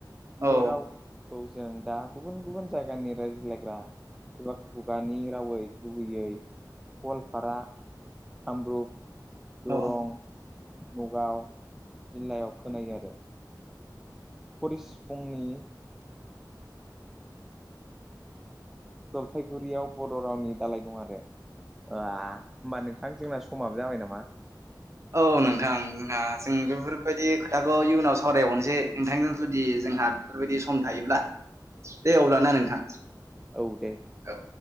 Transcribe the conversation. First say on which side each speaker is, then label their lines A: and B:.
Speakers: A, in the centre; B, on the right.
A: बे
B: औ
A: रावखौ जों दा गुबुन गुबुन जायगानि रायज्लायग्रा। एबा खुगानि रावै गुबैयै गवालपारा। कामरुप दरं
B: औ
A: नगाव जिल्लायाव खोनायो आरो। परिस फुंनि। जलफाइगुरियाव बर' रावनि दालाय दं आरो। होमबा नोंथां जोंना समाबो जाबाय नामा।
B: औ नोंथां जोंहा जों बेफोरबायदि खोथाखौ इयुनाव सावरायबावनोसै नोंथांजों जुदि जोंहा। बेफोरबायदि सम थायोब्ला दे अब्लाना नोंथां।
A: औ दे।
B: औ